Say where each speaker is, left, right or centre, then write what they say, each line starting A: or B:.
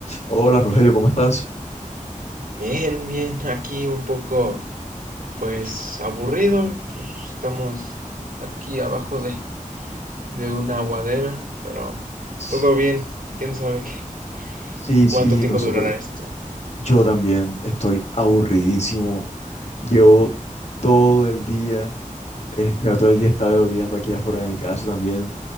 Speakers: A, on the left; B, on the right.
A: Hola Rogelio, ¿cómo estás?
B: Bien, bien, aquí un poco, pues aburrido, pues, estamos aquí abajo de, de una aguadera, pero
A: S-
B: todo bien, quién sabe qué,
A: Sí,
B: cuánto
A: sí,
B: tiempo
A: nosotros,
B: durará esto.
A: yo también estoy aburridísimo. Llevo todo el día, este, todo el día estaba lloviendo aquí afuera de mi casa también